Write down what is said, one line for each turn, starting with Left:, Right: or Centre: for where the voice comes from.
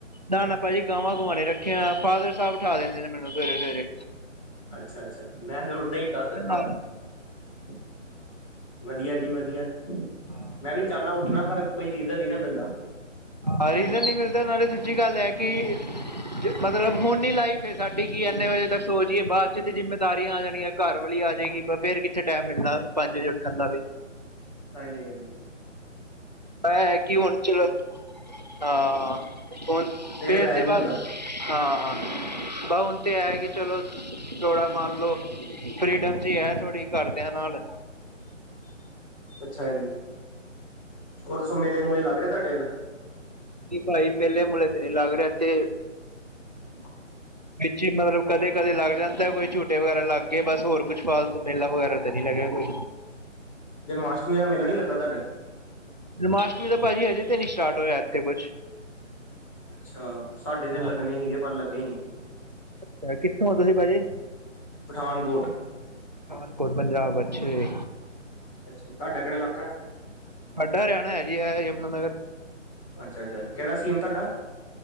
Right: ਨਾ- ਨਾ ਭਾਜੀ ਗਾਵਾਂ- ਗੁਵਾ ਨੀ ਰੱਖੀਆਂ। ਫਾਦਰ ਸਾਹਿਬ ਉਠਾ ਦਿੰਦੇ ਨੇ ਮੈਨੂੰ ਸਵੇਰੇ-ਸਵੇਰੇ।
Left: ਅੱਛਾ-ਅੱਛਾ, ਮੈਂ ਤੇ ਉਠਦਾ ਹੀ ਦੱਸ ਦਿਤਾ
Right: ਨਾਲ
Left: ਵਧੀਆ ਜੀ ਵਧੀਆ,
Right: ਹਾਂ
Left: ਮੈਂ ਵੀ ਚਾਹਨਾ ਉੱਠਣਾ ਪਰ ਕੋਈ ਰੀਜ਼ਨ ਨੀ ਨਾ ਮਿਲਦਾ।
Right: ਹਾਂ, ਰੀਜ਼ਨ ਨੀ ਮਿਲਦਾ ਨਾਲੇ ਦੂਜੀ ਗੱਲ ਹੈ ਕਿ। ਮਤਲਬ ਹੁਣ ਹੀ ਲਾਈਫ ਏ ਸਾਡੀ। ਕਿ ਇੰਨੇ ਵਜੇ ਤੱਕ ਸੋ ਜਾਈਏ। ਬਾਅਦ ਚ ਤੇ ਜਿੰਮੇਦਾਰੀਆਂ ਆ ਜਾਣੀਆਂ। ਘਰ ਵਾਲੀ ਆ ਜਾਏਗੀ। ਪਰ ਫੇਰ ਕਿੱਥੇ ਟਾਈਮ ਮਿਲਣਾ ਪੰਜ ਵਜੇ ਉੱਠਣ ਦਾ ਵੀ।
Left: ਹਾਂ, ਠੀਕ ਹੈ ਜੀ।
Right: ਏ ਹੈਂ ਕੀ ਹੋਣ ਚਲੋ। ਹਾਂ ਹੁਣ
Left: ਫਿਰ
Right: ਫੇਰ
Left: ਵੈਸੇ
Right: ਤੇ
Left: ਨੀ
Right: ਬਸ
Left: ਹੁੰਦਾ
Right: ਹਾਂ ਬਵੁਨ ਤੇ ਹੈ ਕਿ ਚਲੋ ਥੋੜਾ ਮੰਨ ਲੋੋ ਫਰੀਡਮ ਜਿ ਹੈ ਥੋੜੀ ਘਰਦਿਆਂ ਨਾਲ
Left: ਅੱਛਾ ਜੀ ਹੋਰ ਦੱਸੋ ਮੇਲੇ ਮੂਲੇ ਲੱਗ ਰਹੇ ਤੁਹਾਡੇ ਵੱਲ
Right: ਨ ਬਾਈ ਮੇਲੇ ਮੁਲੇ ਤੇ ਨਹੀ ਲਗਰੇ ਔਥੇ
Left: <inaudible>
Right: ਵਿਚ ਮਤਲਬ ਕਦੇ -ਕਦੇ ਲੱਗ ਜਾਂਦਾ ਕੋਈ ਝੂਟੇ ਵਗੈਰਾ ਲੱਗ ਗਏ ਬਸ ਹੋਰ ਕੁੱਛ ਫਾਲ ਮੇਲਾ ਵਗੈਰਾ ਤਾਂ ਨਹੀਂ ਲਗਿਆ ਕੋਈ
Left: ਜਨਮਸ਼ਟਮੀ ਦਾ ਮੇਲਾ ਨਹੀ ਲੱਗਦਾ ਤੁਹਾਡਾ
Right: ਜਨਮਸ਼ਟਮੀ ਦਾ ਭਾਜੀ ਹਜੇ ਤੇ ਨ ਨਹੀਂ ਸਟਾਰਟ ਹੋਇਆ ਇੱਥੇ ਕੁਛ
Left: ਅੱਛਾ ਸਾਡੇ ਤੇ
Right: ਹਾਂ
Left: ਲੱਗਣੇ ਸੀਗੇ ਪਰ ਲੱਗੇ ਨਹੀਂ
Right: ਅੱਛਾ ਕਿੱਥੋਂ ਹੋ ਤੁਸੀਂ ਭਾਜੀ
Left: ਪਠਾਨਕੋਟ
Right: ਪਠਾਨਕੋਟ ਪੰਜਾਬ ਅੱਛੇ
Left: ਅੱਛਾ ਤੁਹਾਡਾ ਕਿਹੜਾ ਇਲਾਕਾ
Right: ਸਾਡਾ ਹਰਿਆਣਾ ਹੈ ਜੀ ਆ ਯਮੁਨਾ ਨਗਰ
Left: ਅੱਛਾ -ਅੱਛਾ ਕਿਹੜਾ ਸੀ ਐਮ ਤੁਹਾਡਾ